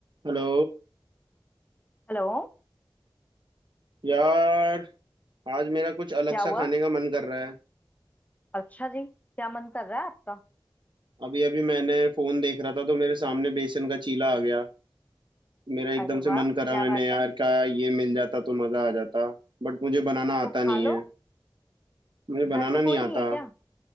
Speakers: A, on the right; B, on the left.
A: Hello
B: हेलो
A: यार आज मेरा कुछ अलग
B: क्या
A: सा
B: हुआ
A: खाने का मन कर रहा है
B: अच्छा जी क्या मन कर रहा है आपका
A: अभी अभी मैंने फोन देख रहा था तो मेरे सामने बेसन का चीला आ गया मेरा एकदम
B: अरे
A: से
B: वाह
A: मन
B: क्या
A: करा मैंने
B: बात
A: यार
B: है
A: क्या ये मिल जाता तो मज़ा आ जाता बट मुझे बनाना आता
B: तो खा
A: नहीं
B: लो
A: है मुझे
B: घर
A: बनाना
B: पे
A: नहीं
B: कोई नहीं
A: आता
B: है क्या